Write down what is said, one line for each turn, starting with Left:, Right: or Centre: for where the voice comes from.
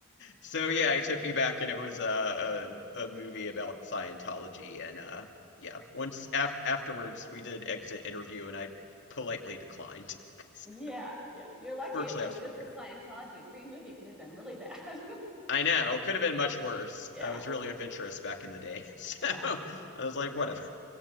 Left: So, yeah, he took me back, and it was uh, a, a movie about Scientology. And uh, yeah, once af afterwards, we did an exit interview, and I politely declined <laughs> because
Centre: Yeah. Yeah. You're lucky
Left: virtually
Centre: it was
Left: I was
Centre: just
Left: prepared.
Centre: a Scientology free movie, could have been really bad.
Left: I know, could have been much worse.
Centre: <laughs> yeah.
Left: I was really adventurous back in the day. <laughs> So
Centre: Yeah.
Left: I was like, whatever.